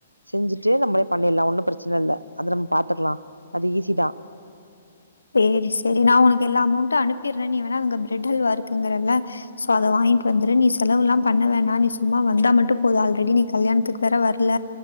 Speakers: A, on the right; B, on the left.
A: செஞ்சிட்டு நம்ளே பண்ணிலா ஒன்னு பிரச்சன இல்ல அத நம் பாத்துக்கலா அது ஈஸி தா
B: சேரி சேரி நா உனக்கு எல்லா அமௌண்ட்டு அனுப்பிட்ற நீ வேணா அங்க ப்ரெட் அல்வா இருக்குங்கறல்ல சோ அத வாங்கிட் வந்துரு நீ செலவுல்லா பண்ண வேணா நீ சும்மா வந்தா மட்டு போதும் ஆல்ரெடி நீ கல்யாண்த்துக் வேற வர்ல